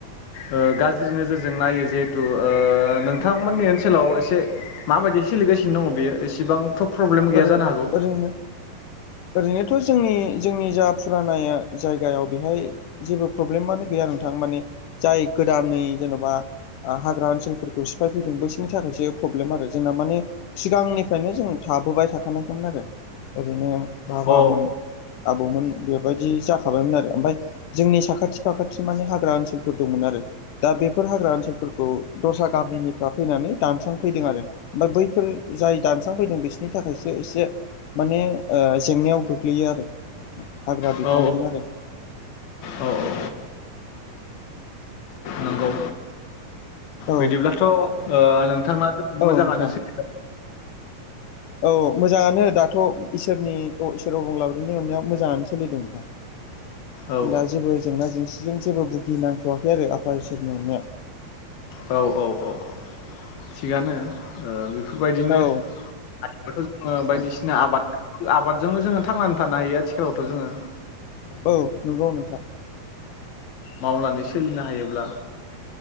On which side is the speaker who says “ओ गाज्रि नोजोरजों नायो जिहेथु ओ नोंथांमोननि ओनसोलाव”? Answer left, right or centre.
Left